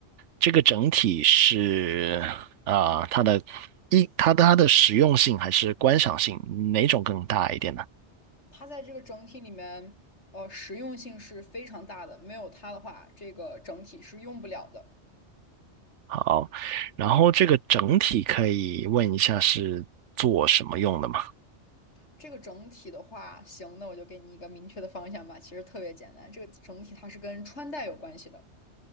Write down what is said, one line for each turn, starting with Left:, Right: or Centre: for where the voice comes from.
Right: 这个整体是啊、呃它的一它的它的实用性还是观赏性，哪种更大一点呢？
Left: 它在这个整体里面，呃，实用性是非常大的，没有它的话，这个整体是用不了的。
Right: 好，然后这个整体可以问一下是做什么用的吗？
Left: 这个整体的话，行，那我就给你一个明确的方向吧。其实特别简单，这个整体它是跟穿戴有关系的。